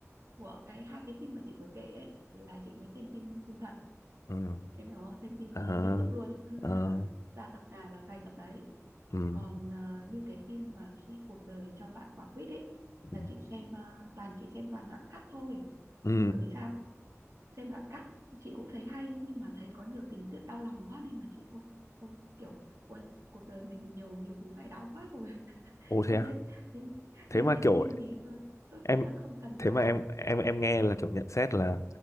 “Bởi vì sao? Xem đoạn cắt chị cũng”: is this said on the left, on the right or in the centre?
Right